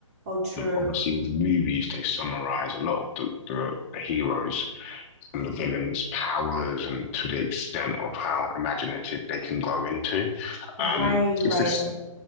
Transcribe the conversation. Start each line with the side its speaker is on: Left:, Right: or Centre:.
Right: Oh true.
Left: obviously with movies they summarize a lot of the, the, the heroes and the villains powers and to the extent of how imaginative they can go into
Right: Right,
Left: um it's
Right: right,
Left: this
Right: right.